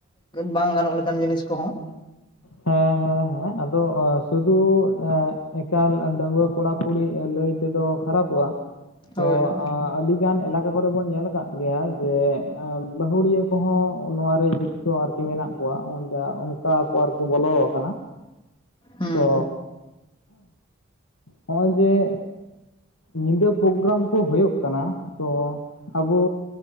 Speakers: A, on the left; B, on the left.
A: ᱵᱟᱝ ᱜᱟᱱᱚᱜ ᱞᱮᱠᱟᱱ ᱡᱤᱱᱤᱥ ᱠᱚᱦᱚᱸ
B: ᱦᱮᱸ ᱦᱮᱸ ᱦᱮᱸ ᱟᱫᱚ ᱥᱩᱫᱩ ᱮᱠᱟᱞ ᱰᱟᱺᱣᱟᱹ ᱠᱚᱲᱟ ᱠᱩᱲᱤ ᱞᱟᱹᱭ ᱛᱮᱫᱚ ᱠᱷᱟᱨᱟᱯᱚᱜᱼᱟ
A: ᱦᱳᱭ
B: ᱛᱚ
A: ᱦᱳᱭ
B: ᱟᱜ ᱟᱹᱰᱤ ᱜᱟᱱ ᱮᱞᱟᱠᱟ ᱠᱚᱨᱮ ᱵᱚᱱ ᱧᱮᱞ ᱠᱟᱜ ᱜᱮᱭᱟ ᱡᱮ ᱵᱟᱹᱦᱩᱲᱤᱭᱟᱹ ᱠᱚᱦᱚᱸ ᱱᱚᱣᱟ ᱨᱮ ᱡᱩᱠᱛᱚ ᱟᱨᱠᱤ ᱠᱤ ᱢᱮᱱᱟᱜ ᱠᱚᱣᱟ ᱚᱱᱡᱟ ᱚᱝᱠᱟ ᱠᱚ ᱟᱨ ᱠᱚ ᱵᱚᱞᱚ ᱠᱟᱱᱟ
A: ᱦᱩᱸ
B: ᱛᱚ ᱦᱚᱸᱜᱼᱚᱭ ᱡᱮᱸ ᱧᱤᱫᱟᱹ ᱯᱨᱳᱜᱨᱟᱢ ᱠᱚ ᱦᱳᱭᱳᱜ ᱠᱟᱱᱟ ᱛᱚ ᱟᱵᱚ